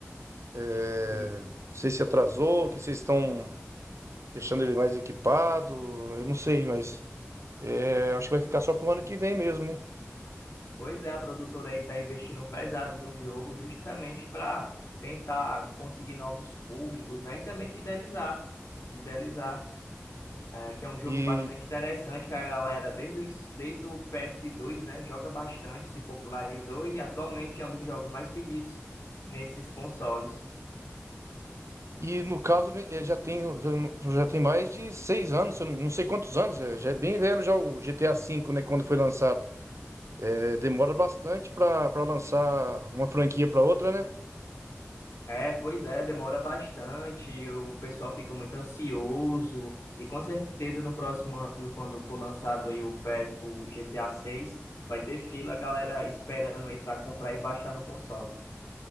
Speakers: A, on the right; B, on the left.
A: É,
B: E,
A: não sei se atrasou, que vocês estão deixando ele mais equipado, eu não sei, mas é, acho que vai ficar só pro ano que vem mesmo, né?
B: pois é, a produtora aí tá investindo pesado no jogo justamente para tentar conseguir novos públicos, né? E também fidelizar, fidelizar. é, que é um jogo
A: E
B: bastante interessante, que a galera, desde o, ins- desde o PS2, né, joga bastante, se popularizou e atualmente é um dos jogos mais pedidos nesses consoles.
A: E no caso, vem- eh, já tem, já tem mais de seis anos, se eu não, não sei quantos anos, já, já é bem velho já o GTA V, né, quando foi lançado. Eh, demora bastante para lançar uma franquia para outra, né?
B: É, pois é, demora bastante, o pessoal fica muito ansioso, e com certeza no próximo ano, quando for lançado aí o, PS o GTA 6, vai ter fila, a galera esperando aí para comprar e baixar no console.